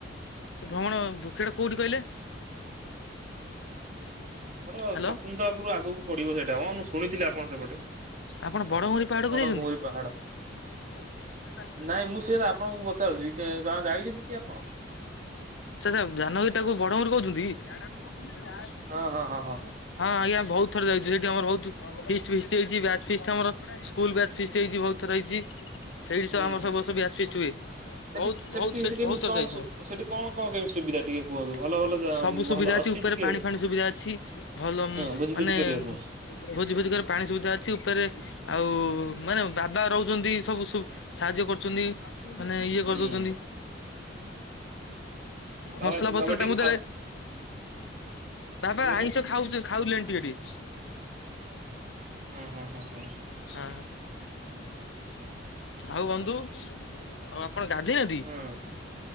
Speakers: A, on the left; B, on the right.
A: ସେ ଭ୍ରମଣ ଭୃକ୍ଷଟା କୋଉଠି କହିଲେ?
B: ଆମର
A: ହ୍ୟାଲୋ
B: ଶକୁତାପୁର ଆଗକୁ। ପଡିବ ସେଇଟା ହଁ ମୁଁ ଶୁଣିଥିଲି ଆପଣ ସେପଟେ
A: ଆପଣ ବଡଭରି ପାହାଡକୁ
B: ବଡ
A: ଯାଇଛନ୍ତି?
B: ଘୁମୁରି ପାହାଡ।
A: ଉ ତିରିଶ ଟା ତା ଭିତରେ
B: ନାଇଁ
A: ପେଇଁ
B: ମୁଁ ସେଇଟା ଆପଣଙ୍କୁ ପଚାରୁଛି ଯାଇଛନ୍ତି କି ଆପଣ?
A: <inaudible> ଆଛା ଧାନଗିରିଟାକୁ ବଡଙ୍ଗରି କହୁଛନ୍ତି? ହଁ
B: ହଁ ହଁ ହଁ ହଁ ହଁ।
A: ଆଜ୍ଞା ବହୁତ ଥର ଯାଉଛି। ସେଠି ଆମର ବହୁତ ଫିଷ୍ଟି ଫିଷ୍ଟି ହେଇଛି ବ୍ୟାଚ ଫିଷ୍ଟ ଆମର ସ୍କୁଲ ବ୍ୟାଚ ଫିଷ୍ଟ ହେଇଛି ବହୁତ ଥର ହେଇଛି। ସେଇଠି
B: ହୁଁ।
A: ତ ଆମର ସବୁବର୍ଷ ବ୍ୟାଚ ପିଷ୍ଟ ହୁଏ।
B: ସେଠି
A: ବହୁତ
B: ସେମି
A: ବହୁତ
B: ସେଠି କେମିତି
A: ବହୁତ ଥର
B: କଣ
A: ଯାଇଛୁ
B: ସେଠି
A: ଆମେ
B: କଣ କଣ କେମିତି ସୁବିଧା ଟିକେ କୁହନ୍ତୁ ଭଲ ଭଲ?
A: ସବୁ ସୁବିଧା
B: ଭଲ
A: ଅଛି ଉପରେ
B: ଟିକେ
A: ପାଣି
B: ହଁ
A: ଫାଣି ସୁବିଧା ଅଛି ଭଲ
B: ଭୋଜି
A: ମାନେ
B: ଫୋଜି କରିବାକୁ
A: ଭୋଜି ଭୋଜି କରେ ପାଣି ସୁବିଧା ଅଛି ଉପରେ ଆଉ ମାନେ ବାବା ରହୁଛନ୍ତି ସବୁ ସାହାଯ୍ୟ କରୁଛନ୍ତି। ମାନେ ଇଏ କରିଦଉଛନ୍ତି।
B: ହୁଁ। ବାବା
A: ମସଲା ଫସଲା
B: ବାବା ଟିକେ
A: ତାଙ୍କୁ
B: ଖାଉ
A: ଦେଲେ ବାବା
B: କଣ କହିଲେ?
A: ଆଇଁଷ ଖାଉ ଖାଉଲେଣି ଟିକେ ଟିକେ
B: ହୁଁ ହୁଁ ହୁଁ ହୁଁ।
A: ହଁ ଆଉ ବନ୍ଧୁ ଆଉ ଆପଣ ଗାଧୋଇହାନ୍ତି?
B: ହଁ